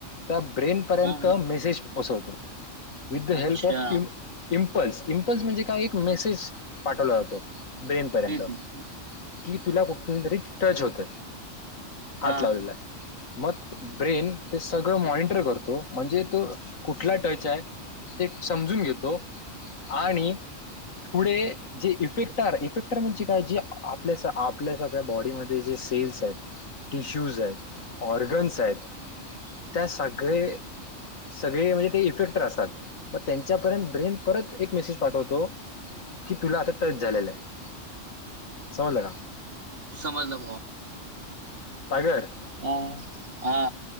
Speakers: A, on the left; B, on the right.
A: त्या ब्रेन पर्यंत
B: हा
A: मेसेज पोहोचवतो विथ द
B: अच्छा
A: हेल्प ऑफ इ
B: हम्म
A: पिपल्स, पिंपल्स म्हणजे काय एक मेसेज पाठवला जातो. ब्रेन पर्यंत
B: हम्म
A: कि तुला कुठ तरी टच होत हात
B: हा
A: लावलेला. मग ब्रेन ते सगळं मॉनिटर करतो म्हणजे तो कुठला टच आहे. ते समजून घेतो आणि पुढे जे इफेक्टार इफेक्टर म्हणजे काय जी आपल्या स आपल्या सगळ्या बॉडीमध्ये जे सेल्स आहेत टिश्यूज आहेत ऑर्गन्स आहेत. त्या सगळे सगळे म्हणजे ते इफेक्टर असतात मग त्यांच्यापर्यंत ब्रेन परत एक मेसेज पाठवतो. कि तुला आ, ता टच झालेलं आहे समजलं का?
B: समजलं
A: सागर
B: ऑ हा.